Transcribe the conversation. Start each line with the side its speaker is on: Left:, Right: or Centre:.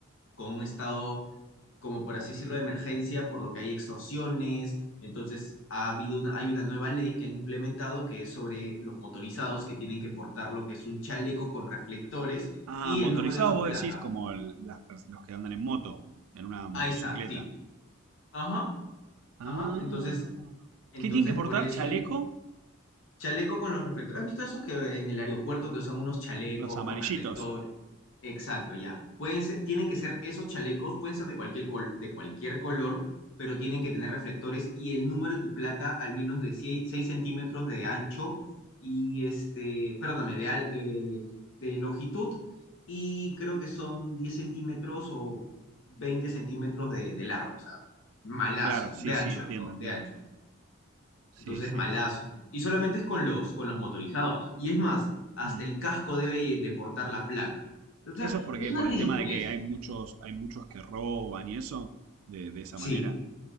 Left: con un estado, como por así decirlo, de emergencia, por lo que hay extorsiones. Entonces, ha habido una, hay una nueva ley que han implementado que es sobre los motorizados que tienen que portar lo que es un chaleco con reflectores
Right: Ah,
Left: y
Right: motorizados
Left: el número de su
Right: vos
Left: placa.
Right: decís como el- las pers- los que andan en moto, en una motocicleta.
Left: Ahí está, sí. Ajá,
Right: Ah.
Left: ajá. Entonces, entonces
Right: ¿Qué tienen que portar?
Left: por eso
Right: ¿Chaleco?
Left: y Chaleco con los reflectores. ¿Has visto esos que en el aeropuerto que usan unos chalecos
Right: Los amarillitos.
Left: con reflectores? Exacto, ya. Pueden ser- tienen que ser esos chalecos, pueden ser de cualquier col- de cualquier color, pero tienen que tener reflectores y el número de tu placa al menos de 6 centímetros de ancho y este, perdóname, de, al- de, de longitud y creo que son 10 centímetros o 20 centímetros de, de largo, o sea, malazo,
Right: Claro, sí,
Left: de
Right: sí,
Left: ancho,
Right: entiendo,
Left: perdón,
Right: entiendo.
Left: de ancho.
Right: Sí,
Left: Entonces,
Right: sí,
Left: malazo,
Right: sí.
Left: ¿no? Y solamente es con los, con los motorizados. Y es más, hasta
Right: Mm.
Left: el casco debe de portar la placa. O sea,
Right: Eso es porque
Left: es una
Right: por
Left: ridiculez.
Right: el tema de que hay muchos, hay muchos que roban y eso, de, de esa
Left: Sí.
Right: manera.